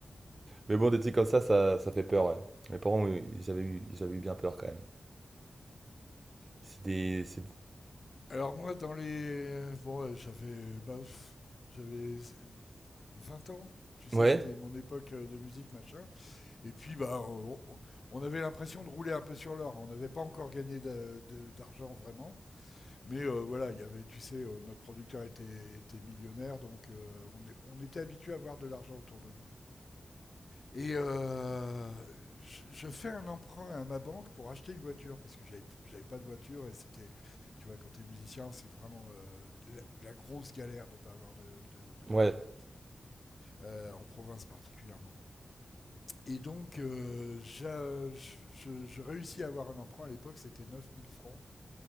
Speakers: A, on the right (about 35°); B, on the left (about 50°).
A: Mais bon, des trucs comme ça, ça, ça fait peur, ouais. Mes parents, oui, ils avaient eu, ils avaient eu bien peur quand même. C'est des. c'est-
B: Alors, moi, dans les. euh, Bon, euh, j'avais. bah, pff, j'avais euh, 20 ans. Tu sais,
A: Ouais,
B: c'était mon époque euh, de musique, machin. Et puis, bah, on, on- on avait l'impression de rouler un peu sur l'or. On n'avait pas encore gagné d'a- de- d'argent vraiment. Mais euh, voilà, il y avait, tu sais, euh, notre producteur était, était millionnaire, donc euh, on, est- on était habitué à avoir de l'argent autour de nous. Et euh, je, je fais un emprunt à ma banque pour acheter une voiture, parce que j'avais j'avais pas de voiture et c'était, tu vois, quand t'es musicien, c'est vraiment euh, la, la grosse galère de pas avoir de, de- de bagnole,
A: ouais,
B: euh, en province particulièrement. Et donc, euh, j'a- je, je- je réussis à avoir un emprunt à l'époque, c'était 9000 francs.